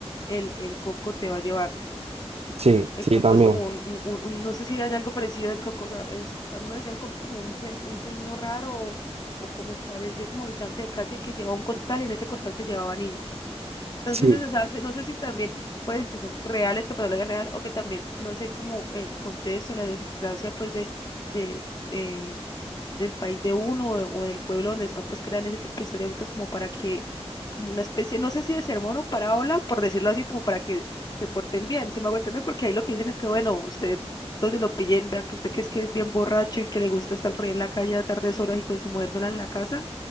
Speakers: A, on the left; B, on the right.
A: el, el coco te va a llevar.
B: Sí,
A: El
B: sí,
A: coco
B: también.
A: es como un, un- un- un- no sé si hay algo parecido del coco, o sea, es, a uno decían coco como un, se- un señor raro o, o como parecido como habitante de calle que llevaba un costal y en ese costal se llevaba niños. Entonces,
B: Sí,
A: eso, o sea, no sé si también pueden que sean reales, que patología real, o que también, no sé, como el contexto, la idiosincrasia, pues, de, de, eh, del país de uno o, o del pueblo donde está, pues crean ese tipo de historias ahorita como para que, como una especie, no sé si de sermón o parábola, por decirlo así, como para que se porten bien, si me hago entender, porque ahí lo que dicen es que, bueno, usted, donde lo pillen, vea que usted que es que es bien borracho y que le gusta estar por ahí en la calle a tardes horas y con su mujer sola en la casa,